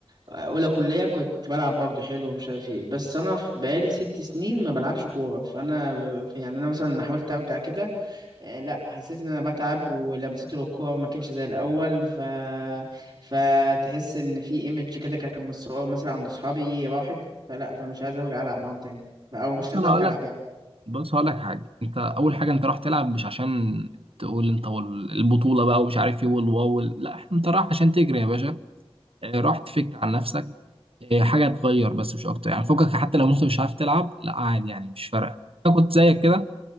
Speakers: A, on the right (about 45°); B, on the right (about 65°).
A: آه، اولى كليه كنت بلعب برضه حلو ومش عارف ايه بس انا في بقالي ست سنين ما بلعبش كوره فانا في يعني انا مثلا حاولت ارجع كده آه، لا حسيت ان انا بتعب ولمسته للكوره ما كانتش زي الاول ف فتحس ان في ايمج كده كان متصور مثلا عند اصحابي راحت فلا فمش عايز ارجع العب معاهم تاني او مش
B: بص
A: عايز
B: أنا
A: ارجع
B: هقول لك
A: العب يعني
B: بص هقول لك حاجة أنت أول حاجة أنت رايح تلعب مش عشان تقول أنت وال- البطولة بقى ومش عارف إيه والواو وال- لا أنت رايح عشان تجري يا باشا آه، رايح تفك عن نفسك آه، حاجة تغير بس مش أكتر يعني فكك حتى لو أنت مش عارف تلعب لا عادي يعني مش فارقة أنا كنت زيك كده